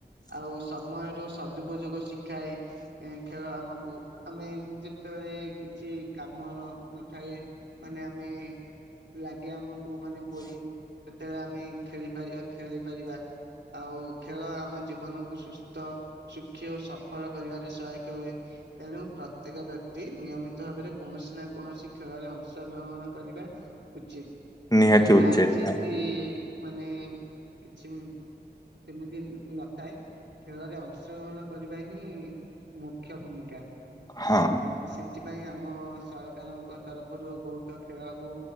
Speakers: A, on the right (about 80°); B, on the left (about 20°).
A: ଆଉ ସମୟର ସଦୁପଯୋଗ ଶିଖାଏ। ଖେଳ ଆମ କୁ ଆମେ ଯେତେବେଳେ କିଛି କାମ ନ ନଥାଏ। ମାନେ ଆମେ ଲାଗେ ଆମକୁ ମାନେ ବୋରିଂ ସେତେବେଳେ ଆମେ ଖେଳି ପାରିବା ଖେଳି ପାରିବା। ଆଉ ଖେଳ ଆମ ଜୀବନକୁ ସୁସ୍ଥ ସୁଖୀ ଓ ସଫଳ କରିବାରେ ସହାୟକ ହୁଏ। ତେଣୁ ପ୍ରତ୍ୟେକ ବ୍ୟକ୍ତି ନିୟମିତ ଭାବରେ କୌଣସି ନା କୌଣସି ଖେଳରେ ଅଂଶ ଗ୍ରହଣ କରିବା। ଉଚିତ୍ ଖେଳରେ
B: ନିହାତି
A: ହାର୍
B: ଉଚିତ
A: ଜିତି ମାନେ କିଛି ସେମିତି ନଥାଏ। ଖେଳରେ ଅଂଶଗ୍ରହଣ କରିବା ହିଁ ମୁ ମୁଖ୍ୟ ଭୂମିକା।
B: ହଁ
A: ଆ ସେଥିପାଇଁ ଆମ ସରକାରଙ୍କ ତରଫରୁ ବହୁତ ଖେଳକୁ